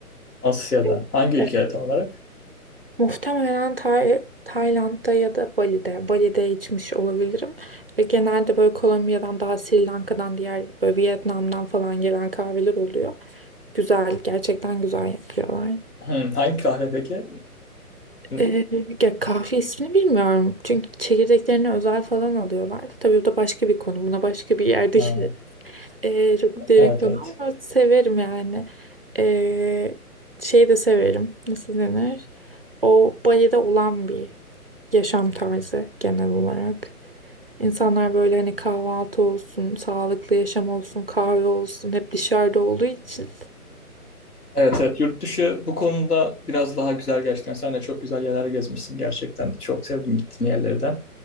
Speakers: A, on the left; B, on the right.
A: Asya'da.
B: Evet.
A: Hangi ülkede
B: Evet.
A: tam olarak?
B: Muhtemelen Tay- Tayland'da ya da Bali'de. Bali'de içmiş olabilirim. Ve genelde böyle Kolombiya'dan daha Sri Lanka'dan diğer böyle Vietnam'dan falan gelen kahveler oluyor. Güzel, gerçekten güzel yapıyorlar.
A: Hı, hangi kahve peki? Hı,
B: Ee, ya kahve ismini bilmiyorum. Çünkü çekirdeklerini özel falan alıyorlar. Tabii o da başka bir konu. Buna başka bir yerde
A: Ha,
B: gireriz. Ee, çok derin
A: evet
B: konu
A: evet.
B: ama severim yani. Ee, şey de severim. Nasıl denir? O Bali'de olan bir yaşam tarzı genel olarak. İnsanlar böyle hani kahvaltı olsun, sağlıklı yaşam olsun, kahve olsun hep dışarıda olduğu için
A: Evet evet. Yurt dışı bu konuda biraz daha güzel gerçekten. Sen de çok güzel yerler gezmişsin gerçekten. Çok sevdim gittiğin yerlerden.